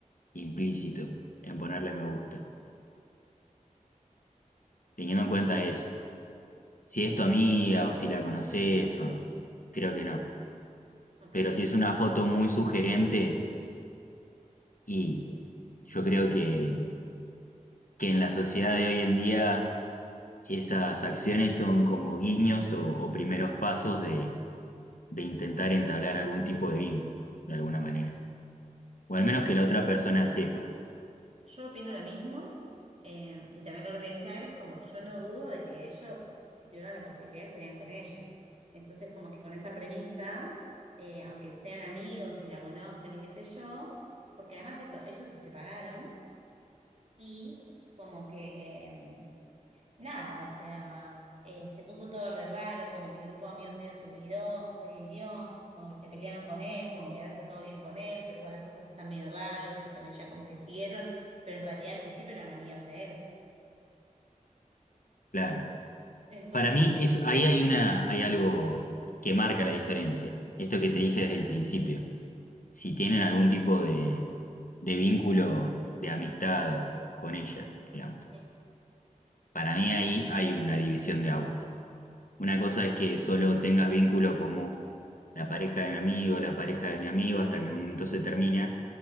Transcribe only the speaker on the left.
implícito en ponerle me gusta, teniendo en cuenta eso. Si es tu amiga o si la conoces o no, creo que no.
Pero si es una foto muy sugerente y yo creo que, que en la sociedad de hoy en día Esas acciones son como guiños o, o primeros pasos de, de intentar entablar algún tipo de vínculo, de alguna manera. O
al menos que la otra persona sepa,
claro.
Para mí es, ahí hay una, hay algo que marca la diferencia. Esto que te dije desde el principio. Si tienen algún tipo de, de vínculo de amistad con ella, digamos.
Para mí ahí hay una división de aguas. Una cosa es que solo tengas vínculo como la pareja de mi amigo, la pareja de mi amigo, hasta que en un momento se termina,